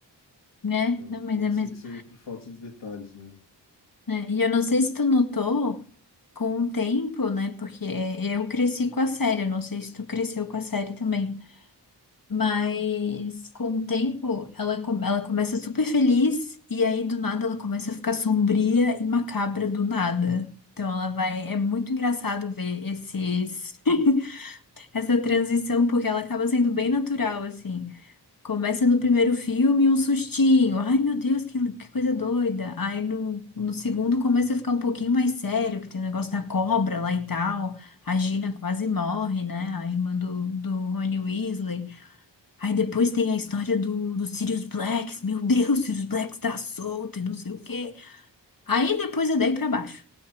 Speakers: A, on the left (about 50°); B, on the left (about 80°).
A: né?
B: Então
A: Não, mas
B: pode
A: é mesmo.
B: ser que seja por falta de detalhes mesmo.
A: É, E eu não sei se tu notou com o tempo, né? Porque é, eu cresci com a série, eu não sei se tu cresceu com a série também. Mas com o tempo, ela, com- ela começa super feliz e aí do nada ela começa a ficar sombria e macabra do nada. Então ela vai. É muito engraçado ver esses, <laughs> essa transição, porque ela acaba sendo bem natural, assim. Começa no primeiro filme um sustinho. Ai, meu Deus, que, que coisa doida. Aí no, no segundo começa a ficar um pouquinho mais sério, que tem o negócio da cobra lá e tal. A Gina quase morre, né? A irmã do, do Rony Weasley. Aí depois tem a história do, do Sirius Black. Meu Deus, Sirius Black está solto e não sei o quê. Aí depois é daí pra baixo.